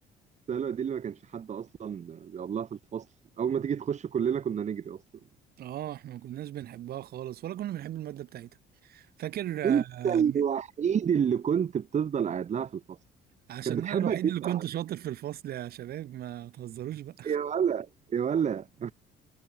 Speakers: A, on the right; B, on the right.
A: السهلة دي اللي ما كانش حد أصلا بيقعد لها في الفصل أول ما تيجي تخش كلنا كنا نجري أصلا
B: اه احنا ما كناش بنحبها خالص ولا كنا بنحب الماده بتاعتها فاكر آه،
A: أنت الوحيد اللي كنت بتفضل قاعد لها في الفصل
B: عشان
A: كانت بتحبك
B: انا الوحيد
A: جدا
B: اللي كنت
A: على
B: شاطر
A: فكرة.
B: في الفصل يا شباب ما تهزروش بقى
A: يا ولا يا ولا